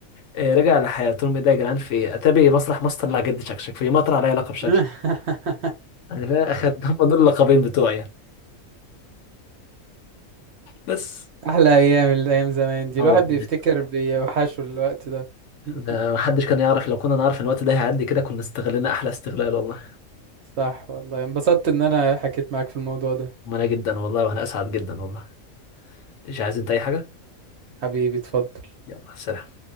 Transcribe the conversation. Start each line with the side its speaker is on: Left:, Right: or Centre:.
Left: آه، رجع لحياته قلت لهم ايه ده يا جدعان في ايه اتاري مسرح مصر طلع جد شكشك في مطر عليا لقب شكشك
Right: <laughs>
Left: انا فا- اخدت <laughs> هم دول اللقبين بتوعي يعني بس
Right: احلى ايام الايام زمان دي
Left: اه
Right: الواحد
Left: والله
Right: بيفتكر بيوحشه الوقت ده <laughs>
Left: ده محدش كان يعرف لو كنا نعرف الوقت ده هيعدي كده كنا استغلنا احلى استغلال والله
Right: صح والله انبسطت ان انا حكيت معاك في الموضوع ده
Left: وانا جدا والله وانا اسعد جدا والله مش عايز انت اي حاجه
Right: حبيبي اتفضل
Left: يلا سلام